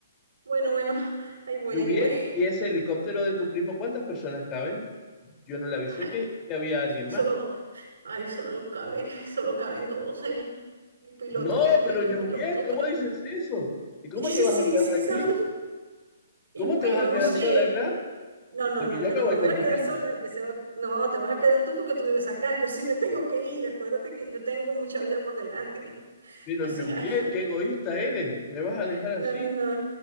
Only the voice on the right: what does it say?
Bueno, bueno, ahí voy,
ahí voy.
Ay,
solo,
ay, solo cabe, solo caben dos, el piloto
y
el
copiloto.
Pero
<laughs> sí,
sí,
sí,
solo- Y
bueno,
no
sé.
No, no,
no,
yo
no
me voy
a
quedar
sola, el que se va- no, te vas a quedar tú porque tú vives acá, <laughs> yo sí me tengo que ir, acuérdate que yo tengo mucha vida por delante.
O
sea,
<laughs>
no, no, no,